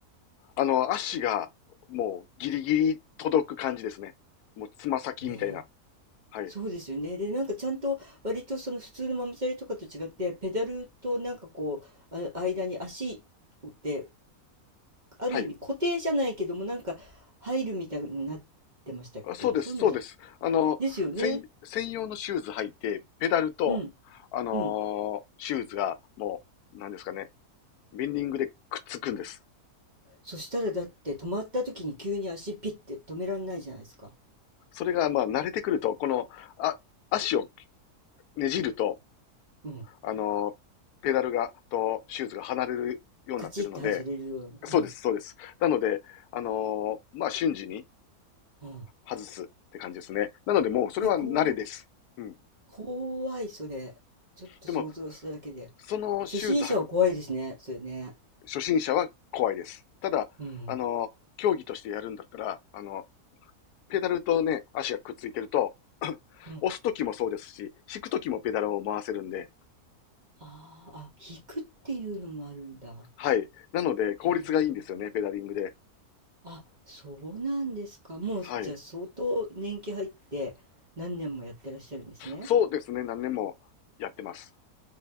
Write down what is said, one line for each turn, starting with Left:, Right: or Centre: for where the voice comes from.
Left: あの、足が、もう、ギリギリ届く感じですね。もう、つま先みたいな。
Right: ね
Left: はい。
Right: そうですよね。で、なんかちゃんと割とその普通のママチャリとかと違って、ペダルとなんかこう、あ、間に足ってある意味固定じゃないけども、
Left: はい。
Right: なんか入るみたいになってましたっけ？
Left: あそうです。
Right: そういうのじゃ
Left: そうです。あの、
Right: ですよね。
Left: 専、専用のシューズ履いて、ペダルと、
Right: うん、
Left: あのーシューズが、
Right: うん。
Left: もう、なんですかね、ベンディングでくっつくんです。
Right: そしたらだって止まった時に急に足ピッて止めらんないじゃないですか。
Left: それが、まあ、慣れてくると、この、あ、足をねじると、
Right: うん。
Left: あの、ペダルが、と、シューズが離れるようになってるので、
Right: カチって外れるような、
Left: そうです、
Right: うん、
Left: そうです。なので、あのーまあ、瞬時に
Right: うん。
Left: 外すって感じですね。なので、もう、それは慣れです。
Right: え、こ
Left: うん。
Right: 怖いそれ。ちょっと想像しただけで。
Left: でも、そのシューズ履く
Right: 初心者は怖いですね、それね。
Left: 初心者は怖いです。ただ、
Right: うん、
Left: あのー競技としてやるんだったら、あの、ペダルとね、足がくっついてると、<coughs> <laughs>
Right: うん。
Left: 押すときもそうですし、引くときもペダルを回せるんで、
Right: ああ、あ、引くっていうのもあるんだ。
Left: はい。なので、効率がいいんですよね、
Right: へえ。
Left: ペダリングで。
Right: あ、そうなんですか。もう、
Left: はい。
Right: じゃあ相当年季入って何年もやってらっしゃるんですね。
Left: そうですね、何年もやってます。